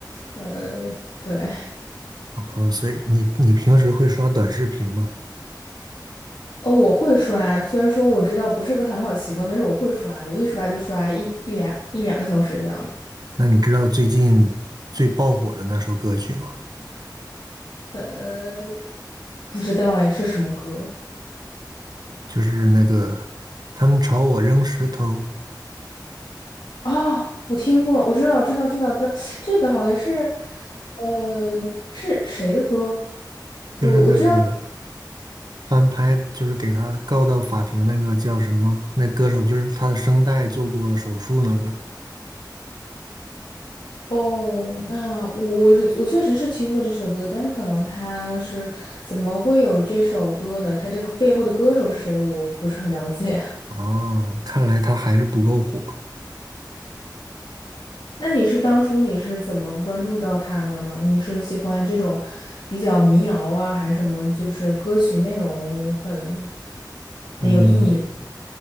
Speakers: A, on the left; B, on the right.
A: 呃，对。
B: 哦，所以你你平时会刷短视频吗？
A: 哦，我会刷，虽然说我知道不是个很好习惯，但是我会刷的我一刷就刷一一两一两个小时这样子。
B: 那你知道最近最爆火的那首歌曲吗？
A: 呃，不知道哎，是什么歌
B: 就是那个他们朝我扔石头，
A: 啊？我听过，我知道，知道，知道，知道，这个好像是，呃，是谁的歌？
B: 就是那个
A: 我我知道
B: 翻拍，就是给他告到法庭那个叫什么？那歌手就是他的声带做过手术那个。
A: 哦，那我是我确实是听过这首歌，但是可能他是怎么会有这首歌呢？他这个背后的歌手是谁，我不是很了解。
B: 哦，看来他还是不够火。
A: 那你是当初你是怎么关注到他的呢？你是喜欢这种比较民谣啊，还是什么？就是歌曲内容很很有意义的？
B: 嗯，